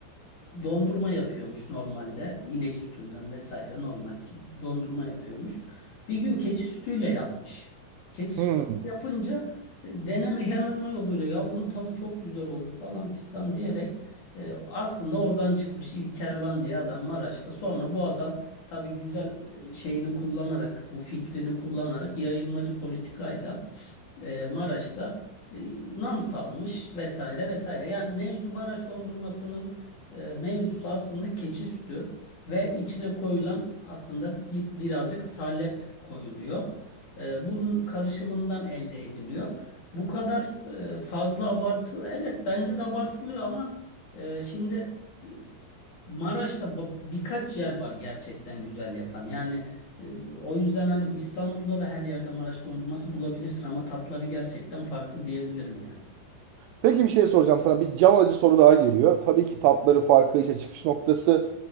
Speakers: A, on the left; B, on the right.
A: dondurma yapıyormuş normalde. İnek sütünden vesaire normal ki dondurma yapıyormuş. Bir gün keçi sütüyle yapmış. Keçi sütü
B: Hmm.
A: yapınca e, deneme yanılma yoluyla ya bunun tadı çok güzel oldu falan fistan diyerek e, aslında oradan çıkmış ilk kervan diye adam Maraş'ta. Sonra bu adam tabii güzel e, şeyini kullanarak bu fikrini kullanarak yayılmacı politikayla e, Maraş'ta e, nam salmış vesaire vesaire. Yani mevzu Maraş dondurmasının e, mevzusu aslında keçi sütü ve içine koyulan aslında bir, birazcık salep koyuluyor. E, bunun karışımından elde ediliyor. Bu kadar e, fazla abartı evet bence de abartılıyor ama e, şimdi e, Maraş'ta ba- birkaç yer var gerçekten güzel yapan. Yani e, o yüzden hani bu İstanbul'da da her yerde Maraş dondurması bulabilirsin ama tatları gerçekten farklı diyebilirim yani.
B: Peki bir şey soracağım sana. Bir can alıcı soru daha geliyor. Tabii ki tatları farkı işte çıkış noktası